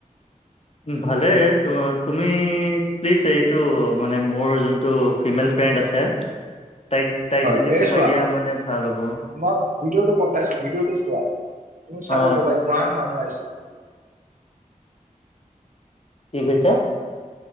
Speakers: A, on the left (about 45°); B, on the right (about 70°).
A: ভালেই তুমি প্লিজ এইটো মানে মোৰ যোনটো ফিমেল ফ্ৰেণ্ড আছে তাইক তাইক
B: হয়
A: যদি
B: ।এ
A: সোমাই
B: চোৱা
A: দিয়া মানে ভাল হ'ব
B: তোমাক ভিডিঅ'টো পঠাইছো ভিডিঅ'টো চোৱা তুমি চালে
A: অ
B: কবা ইমান মানুহ আহিছে।
A: কি কৈছ?